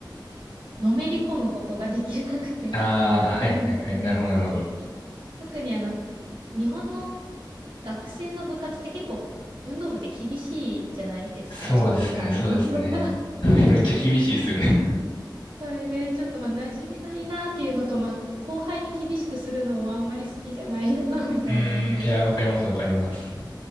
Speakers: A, on the right (about 80°); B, on the left (about 85°).
A: う。のめり込むことができなくて、
B: ああ、
A: <laughs> そこまで。
B: はいはいはい。
A: <laughs>
B: なるほどなるほど。
A: 特にあの、日本の学生の部活って結構運動部って厳しいじゃないですか。
B: そうですね、
A: 上下関係とか。
B: そうですね。<laughs> めっちゃ厳しいですよね。
A: それで、ちょっとまあ、馴染めないなっていうのと、まあ、後輩に厳しくするのもあんまり好きじゃないな <laughs>、みたいので。
B: うーん、いや、わかりますわかります。